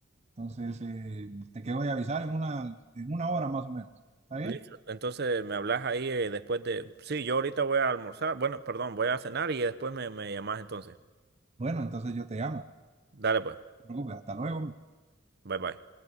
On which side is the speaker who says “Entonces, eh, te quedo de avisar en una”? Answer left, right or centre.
Right